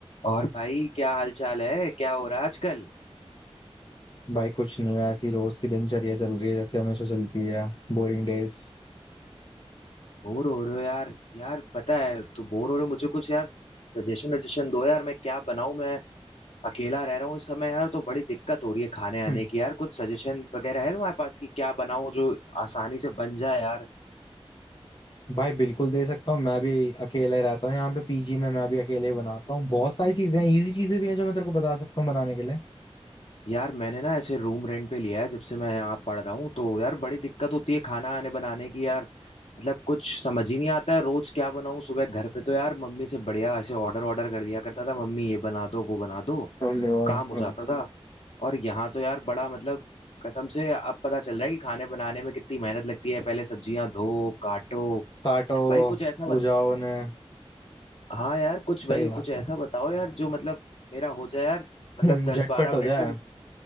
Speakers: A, on the left; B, on the left.
A: और भाई क्या हाल चाल है क्या हो रहा है आजकल
B: भाई कुछ नहीं है ऐसी रोज की दिनचर्या चल रही है जैसे हमेशा चलती है Boring days
A: बोर हो रहे हो यार यार पता है तो बोर हो रहे हो मुझे कुछ यार सजेशन वजेशन दो यार मैं क्या बनाऊं मैं अकेला रह रहा हूँ इस समय यार तो बड़ी दिक्कत हो रही है खाने
B: <clears throat>
A: आने की यार कुछ सजेशन वगैरह है तुम्हारे पास कि क्या बनाऊं जो आसानी से बन जाए यार
B: भाई बिल्कुल दे सकता हूँ मैं भी अकेले रहता हूँ यहाँ पे पीजी में मैं भी अकेले ही बनाता हूँ बहुत सारी चीजें हैं इजी चीजें भी हैं जो मैं तेरे को बता सकता हूँ बनाने के लिए
A: यार मैंने ना ऐसे रूम रेंट पे लिया है जब से मैं यहाँ पढ़ रहा हूँ तो यार बड़ी दिक्कत होती है खाना आने बनाने की यार मतलब कुछ समझ ही नहीं आता है रोज क्या बनाऊँ सुबह घर पे तो यार मम्मी से बढ़िया ऐसे ऑर्डर ऑर्डर कर दिया करता था मम्मी ये बना दो वो बना दो
B: हमने वहाँ-
A: काम हो
B: हाँ
A: जाता था हम्म। और यहाँ तो यार बड़ा मतलब कसम से अब पता चल रहा है कि खाने बनाने में कितनी मेहनत लगती है पहले सब्जियां धो काटो
B: काटो
A: भाई कुछ ऐसा बत...
B: उजाओ ने
A: हाँ यार कुछ
B: सही
A: भाई
B: बात
A: कुछ ऐसा
B: है <clears throat>
A: बताओ यार जो मतलब मेरा हो जाए यार मतलब
B: हम्म,
A: दस
B: झटपट
A: बारह
B: हो
A: मिनट
B: जाए
A: में